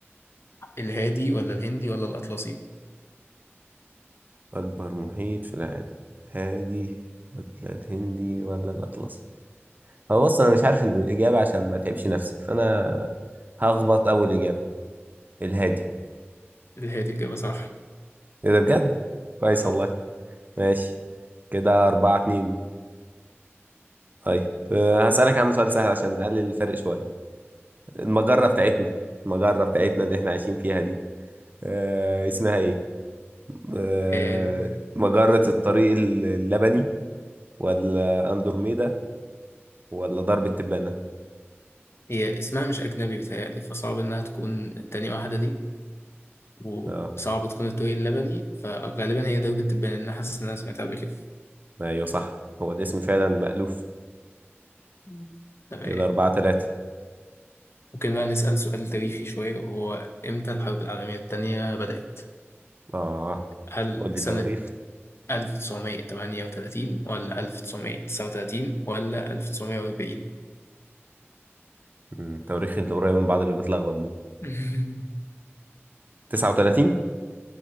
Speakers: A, on the left (about 65°); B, on the right (about 40°).
A: الهادي ولا الهندي ولا الأطلسي
B: أكبر محيط في العالم هادي ولا الهندي ولا الأطلسي هو بص أنا مش عارف الإجابة عشان ما تعبش نفسي فأنا هخبط أول إجابة الهادي
A: الهادي إجابة صح
B: إيه ده بجد؟ كويس
A: أهو
B: والله ماشي كده أربعة اتنين طيب أه، هسألك عن سؤال سهل عشان نقلل الفرق شوية المجرة بتاعتنا المجرة بتاعتنا اللي احنا عايشين فيها دي آه اسمها ايه آه
A: آه،
B: مجرة الطريق اللبني ولا اندروميدا ولا درب التبانة
A: هي اسمها مش أجنبي بيتهيألي فصعب إنها تكون تاني واحدة دي وصعب
B: اه
A: تكون الطريق اللبني فغالبا هي دوبة التبان لأن أنا حاسس إن أنا سمعتها قبل كده
B: ايوه صح هو الاسم فعلا مألوف
A: مم. تمام
B: كده أربعة تلاتة
A: ممكن بقى نسأل سؤال تاريخي شوية وهو إمتى الحرب العالمية التانية بدأت؟
B: اه
A: هل
B: قول لي
A: سنة
B: تواريخ
A: 1938 ولا 1939 ولا 1940؟
B: مم، التواريخ اللي قريبة من بعض اللي بتلخبط دي
A: <laughs>
B: 39